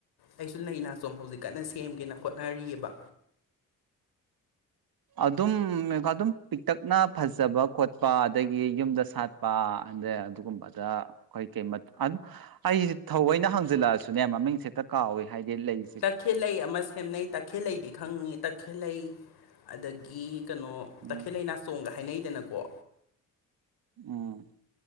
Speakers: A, on the left (about 75°); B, on the right (about 65°).
A: ꯑꯩꯁꯨ ꯂꯩ ꯅꯥꯆꯣꯝ ꯍꯧꯖꯤꯛ ꯀꯟꯅ ꯁꯦꯝꯒꯦꯅ ꯍꯣꯠꯅꯔꯤꯑꯦꯕ
B: ꯑꯗꯨꯝ ꯑꯗꯨꯝ ꯄꯤꯛꯇꯛꯅ ꯐꯖꯕ ꯈꯣꯠꯄ ꯑꯗꯒꯤ ꯌꯨꯝꯗ ꯁꯥ ꯄꯥ ꯑꯗꯩ ꯑꯗꯨꯒꯨꯝꯕꯗ <unintelligible> ꯑꯩꯁꯦ ꯊꯑꯣꯏꯅ ꯍꯥꯡꯖꯤꯟꯂꯛꯑꯁꯨꯅꯦ ꯃꯃꯤꯡꯁꯦꯍꯦꯛꯇ ꯀꯥꯎꯏ ꯍꯥꯏꯗꯤ ꯂꯩꯁꯦ
A: ꯇꯥꯛꯈꯦꯜꯂꯩ ꯑꯃ ꯁꯦꯝꯅꯩ ꯇꯈꯦꯜꯂꯩꯗꯤ ꯈꯪꯉꯤ ꯇꯈꯦꯜꯂꯩ ꯑꯗꯒꯤ ꯀꯩꯅꯣ
B: ꯎꯝ
A: ꯇꯈꯦꯜꯂꯩ ꯅꯥ ꯆꯣꯡꯒ ꯍꯥꯏꯅꯩꯗꯅꯀꯣ
B: ꯎꯝ